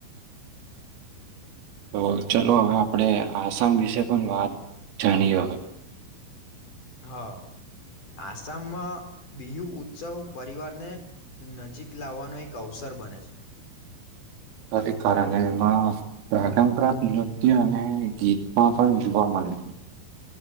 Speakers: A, on the right (about 75°); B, on the left (about 40°).
A: તો ચલો હવે આપણે આસામ વિશે પણ વાત જાણીએ
B: હા આસામમાં બિહુ ઉત્સવ પરિવારને નજીક લાવવાનો એક અવસર સર બને છે
A: <inaudible> કારણે એમાં પરંપરાત નૃત્ય અને ગીતમાં પણ જોવા મળે છે